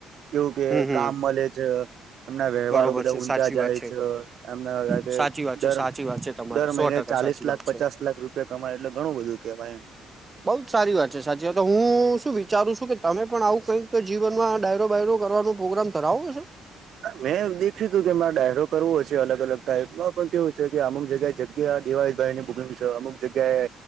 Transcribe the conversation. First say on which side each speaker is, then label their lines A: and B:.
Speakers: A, on the right; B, on the right.
A: કેવું કે
B: હમ હમ
A: કામ મળે છે. એમના વ્યવહારો
B: બરોબર
A: બધા
B: છે
A: ઊંચા
B: સાચી
A: જાય
B: વાત
A: છે એમના <unintelligible>
B: સાચી વાત છે
A: દર
B: સાચી વાત છે તમારી
A: દર
B: સો
A: મહિને
B: ટકા
A: ચાલીસ
B: સાચી વાત
A: લાખ
B: છે
A: પચાસ લાખ રૂપિયા કમાય એટલે ઘણું બધું કેહેવાય એમ
B: બઉ જ સારી વાત છે સાચી વાત છે તો હું શું વિચારું છું કે તમે પણ આવું કંઈક જીવનમાં ડાયરો બાયરો કરવાનો પ્રોગ્રામ ધરાવો છો.
A: મેં દેખ્યું તું કે મારે ડાયરો કરવો છે અલગ અલગ ટાઈપનો પણ કેવું છે કે અમુક જગ્યાએ જગ્યા કે આ દેવાયતભાઈ બુકિંગ છે અમુક જગ્યા એ